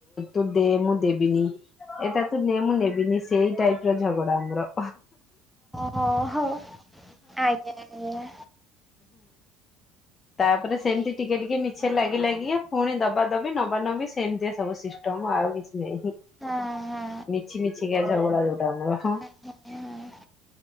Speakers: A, on the left (about 30°); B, in the centre.
A: ତୁ ଦେ ମୁଁ ଦେବିନି ଏଟା ତୁ ନେ ମୁଁ ନେବିନି ସେଇ ଟାଇପର ଝଗଡା ଆମର
B: ଓୋ ହଉ ଆଜ୍ଞା ଆଜ୍ଞା
A: ତାପରେ ସେମିତି ଟିକେ ଟିକେ ମିଛ ଲାଗି ଲାଗି ପୁଣି ଦବା ଦବି ନବା ନବି ସେମିତିଆ ସବୁ ସିଷ୍ଟମ ଆଉ କିଛି ନାହିଁ
B: ହଁ ହଁ।
A: ମିଛି ମିଛିିକି ଝଗଡା ଯୋଉଟା ଆମର ହଁ
B: ଆଜ୍ଞା ହଁ